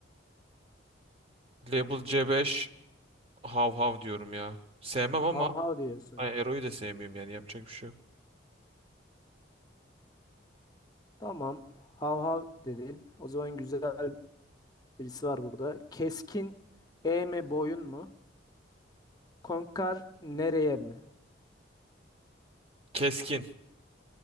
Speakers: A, on the right; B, on the left.
A: Label C5 hav hav diyorum ya. Sevmem ama
B: Hav hav diyorsun.
A: ay, Ero'yu da sevmiyorum yani yapacak bir şey yok.
B: Tamam. Hav hav dedin. O zaman güzel birisi var burada. Keskin E mi boyun mu? Konkar nereye mi?
A: Keskin.